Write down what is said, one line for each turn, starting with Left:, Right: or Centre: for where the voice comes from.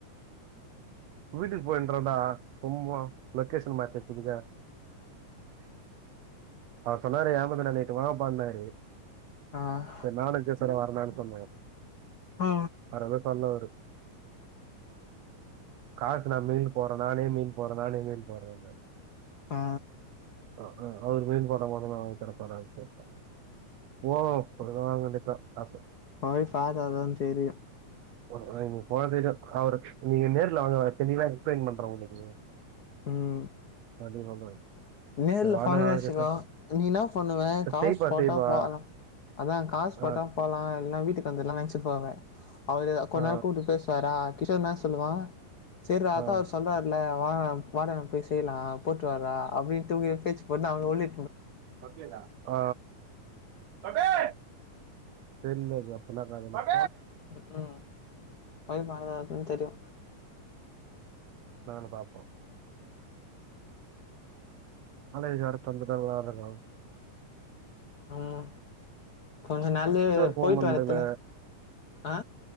Right: வீட்டுக் போயின்றன்டா உம்மா லொக்கேஷன் மாத்தி புரிதா அவர் சொன்னாரு ஏமாந்து நா நேத்து வாப்பான்னாரு
Left: ஆ
Right: சரி நானு ஜஸ்ட் சேரி வரனான்னு சொன்னோ
Left: ஆ
Right: அவர் எதோ பண்ணுவாரு காசு நா மெயில் போறனா நெய் மீன் போ நானே மீன் போடறன
Left: ஆ
Right: அ ஆ அவர் மீன் போட்டா மட்டு அவுங்க கெடைப்பானானு கேட்ட ஓ ஒருறாங்கண்டிப்பா ஆ சார்
Left: போய் பாத்ததான் தெரியு
Right: போ நீங் போனதிடோ அவரு நீங்க நேர்ல வாங்க தெளிவா எக்ஸ்பிளைன் பண்ற உங்களுக்கு
Left: ம்
Right: அப்படின்னு சொல்றாரு
Left: நேர்ல
Right: சரி வாடா
Left: <unintelligible>
Right: நாளைக்கு
Left: வெச்சுகோ நீ என்னா பண்ணுவ காசு
Right: செய்ப்பா
Left: போட்டா
Right: செய்ப்பா
Left: போலா அதா காசு போட்டா
Right: ஆ
Left: போலா இல்லனா வீட்டுக்கு வந்துர்லா நெனச் த்து போவ அவரு கொஞ்
Right: ஆ
Left: நேரோ கூப்ட்டு பேசுவாரா கிஷோ என்ன சொல்வான் சேர்றா
Right: ஆ
Left: அதா
Right: ஆ,
Left: அவர் சொல்றாருல்ல வா வாடா நம்ம போய் செய்லா பர்றா அப்படின் டூ எஃப் ஹேச் போனா அவர் ஒன்லி
Right: ஒக்கேடா ஆ <unintelligible> தெரில அது அப்பனா என்ன கதனு
Left: ம்ஹூ போய் பாத்தாதா தெரியு
Right: நாங்க பாப்போ இது ஒரு <unintelligible> ஆனா ஆ
Left: உம் கொஞ்சம் நல்ல
Right: சார் ஃபோன்
Left: போயிட்டு
Right: பண்ல
Left: வரதல ஆ